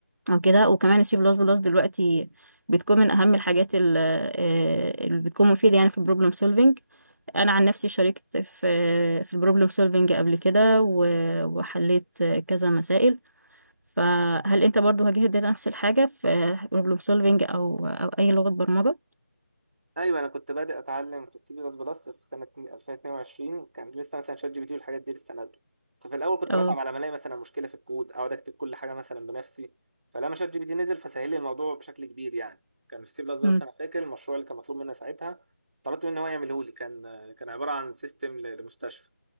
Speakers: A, on the right; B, on the right.
A: او كده وكمان السي بلس بلس دلوقتي بتكون من اهم الحاجات ال- آه، اللي بتكون مفيده يعني في البروبلم سولفينج انا عن نفسي شاركت في في البروبلم سولفينج قبل كده و- وحليت كذا مسائل فهل انت برضو واجهت نفس الحاجه في بروبلم سولفينج او او اي لغه برمجه
B: ايوه انا كنت بادئ اتعلم في السي بلس بلس في سنه 2022 كان لسه مثلا شات جي بي تي والحاجات دي لسه نازله ففي الاول كنت
A: اه
B: بتعب على ما الاقي مثلا مشكله في الكود اقعد اكتب كل حاجه مثلا بنفسي فلما شات جي بي تي نزل فسهل لي الموضوع بشكل كبير يعني كان في السي بلس بلس
A: مم،
B: انا فاكر المشروع اللي كان مطلوب مني ساعتها طلبت منه هو يعمله لي كان كان عباره عن سيستم لمستشفى